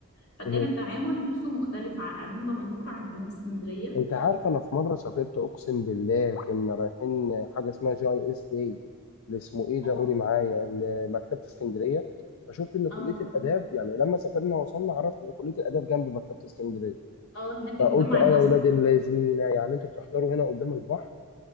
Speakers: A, on the left; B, on the left.
A: فكان
B: مهم.
A: التعامل نفسه مختلف ع- علوم دمنهور عن علوم اسكندرية
B: انت عارفه انا في مره سافرت اقسم بالله كنا رايحين حاجه اسمها جي اي اس داي اللي اسمه ايه
A: اه
B: ده قولي معايا لمكتبه اسكندريه فشفت ان كليه
A: اه
B: الاداب يعني لما سافرنا وصلنا عرفت ان كليه الاداب جنب مكتبه اسكندريه
A: اه هناك
B: فقلت
A: المجمع
B: اه
A: النظري
B: يا اولاد اللذينه يعني انتوا بتحضروا هنا قدام البحر